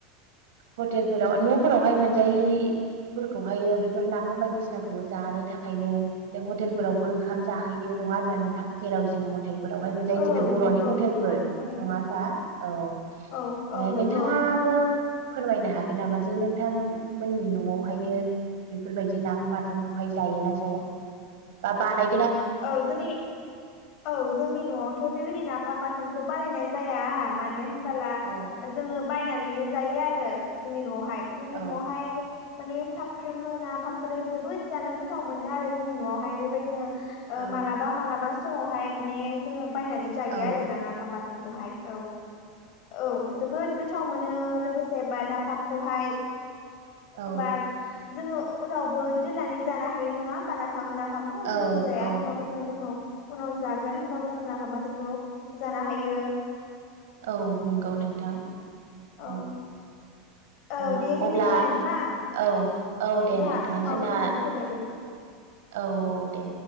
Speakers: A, on the right (about 70°); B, on the left (about 55°).
A: हटेलफोराव न'फोरावहाय मोनजायि फोरखौहायो बेफोर नाफाम बायदिसिनाफोरखौ जानो थाखायनो जों हटेलफोरावबो ओंखाम जाहैयो नङा होमबा नोंथां जेराव जों ह हटेलफोरावहाय मोनजायो जेरै
B: औ
A: बर'नि
B: नंगौ
A: हटेलफोर
B: नोंथां उम
A: नङा होमबा औ
B: औ
A: नोंथाङाबो
B: औ नंगौ
A: फोरमायनो हागोन नामा जे नोंथांमोननि न'वावहायो बेफोरबायदि नाफाम बाथोनखौहाय जायोना जाया बा बानाय
B: औ जोंनि औ जोंनि न'वावथ' बेबायदि नाफाम बाथो खौ बानायनाय जाया मानो होनबोला
A: औ
B: जोङो बायनानैनो जायो आरो जोंनि न'आवहाय जोंनि
A: औ
B: न'आवहाय म साफ्रो मबो नाफामखौलाय जोबोद जानो गोथाव मोनो आरो जोंनि न'आवहाय बेबायदिनो ओ
A: औ
B: मालाबा मालाबा समावहाय माने जोङो बायनानै जायो
A: औ
B: आरो ना नाफाम बाथोनखौहाय औ औ जोबोद गोथाव मोनो लोगोसे बा नाफामखौहाय
A: औ
B: हमबा जोङो उनावबो दोननानै जानो हायो नङा होमबा ना खौ
A: औ
B: जों जाया
A: औ
B: होमबाबो उनाव जागोन होनबाबो जों नाफाम खौ जानो हायो
A: औ नंगौ नोंथां
B: औ
A: औ
B: औ दे बिदिबालाय
A: अब्ला
B: नोंथां
A: औ औ दे
B: जोंहा
A: नोंथां
B: समाबो
A: जोंना
B: जानानै फैबाय दे
A: औ औ दे